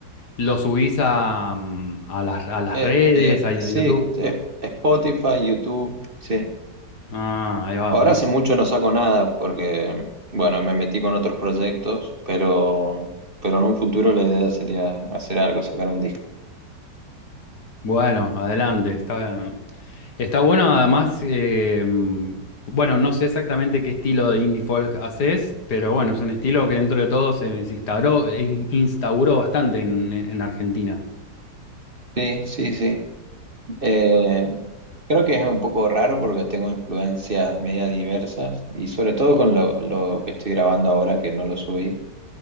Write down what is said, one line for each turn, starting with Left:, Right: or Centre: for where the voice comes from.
Left: ¿Lo subís a, mm, a las, a las
Right: Eh,
Left: redes,
Right: eh,
Left: a, a
Right: sí,
Left: YouTube?
Right: sí, es- Spotify, YouTube, sí.
Left: Ah, ahí va,
Right: Ahora
Left: buenísimo.
Right: hace mucho no saco nada porque, bueno, me metí con otros proyectos, pero, pero en un futuro la idea sería hacer algo, sacar un disco.
Left: Bueno, adelante. Está, está bueno, además, eh, mm, bueno, no sé exactamente qué estilo de indie folk haces, pero bueno, es un estilo que dentro de todo se, se instauró, e in- instauró bastante en, en Argentina.
Right: Sí, sí, sí. Eh, creo que es un poco raro porque tengo influencias media diversas y sobre todo con lo, lo que estoy grabando ahora que no lo subí,